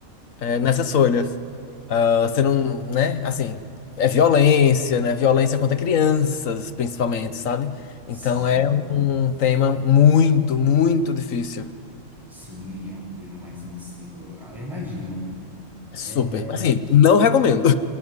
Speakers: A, on the left; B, on the right.
A: é, nessas folhas. Ah, você não, né, assim, é violência, né, violência contra crianças, principalmente, sabe?
B: Sim,
A: Então é um tema muito, muito difícil.
B: sim, é um termo mais sensível. Ah, Eu imagino.
A: É Super.
B: É,
A: Mas, Assim, não recomendo.